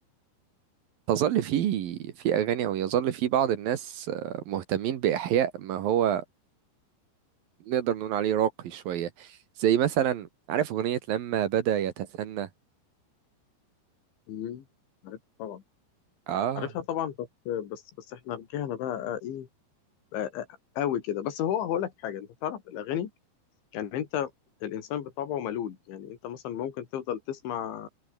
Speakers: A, on the right; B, on the left.
A: تظل في في اغاني او يظل في بعض الناس آه، مهتمين باحياء ما هو نقدر نقول عليه راقي شوية زي مثلا عارف أغنية لما بدأ يتثنى
B: مم. عارف طبعا
A: آه
B: عارفها طبعا بس بس بس احنا رجعنا بقى ايه بقى قوي كده بس هو هقول لك حاجة انت تعرف الاغاني يعني انت الانسان بطبعه ملول يعني انت مثلا ممكن تفضل تسمع